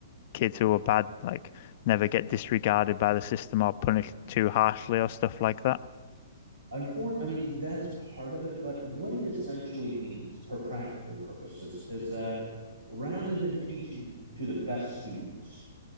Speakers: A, on the left (about 45°); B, on the right (about 90°).
A: kids who were bad, like never get disregarded by the system or punished too harshly or stuff like that,
B: Unfortunately, I mean, that's part of it, but what it essentially means for practical purposes is that rather than teaching to the best students